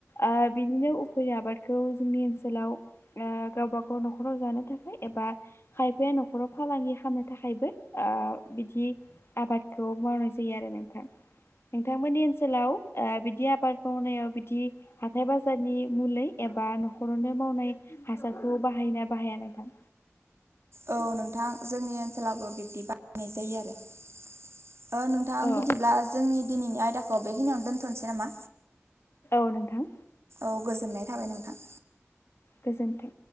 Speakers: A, on the left; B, on the right.
A: ओ बिदिनो उफेरा आबादखौ जोंनि ओनसोलाव ओ गावबा गाव नखराव जानो थाखाय बा खायफाया नखराव फालांगि खामनो थाखायबो ओ‌ बिदि आबादखौ मावनाय जायो आरो नोंथां नोंथांमोननि ओनसोलाव ओ बिदि आबाद मावनायाव बिदि हाथाय बाजारनि मुलै ए एबा नखरावनो मावनाय हासारखौ बाहायोना बाहाया नोंथां
B: औ नोंथां जोंनि ओनसोलाबो बिदि बायनाय जायो आरो ओ नोंथां
A: औ
B: बिदिब्ला जोंनि दिनैनि आयदाखौ बिखिनिआवनो दोनथनोसै नामा
A: औ नोंथां
B: औ गोजोननाय थाबाय नोंथां
A: गोजोन्थों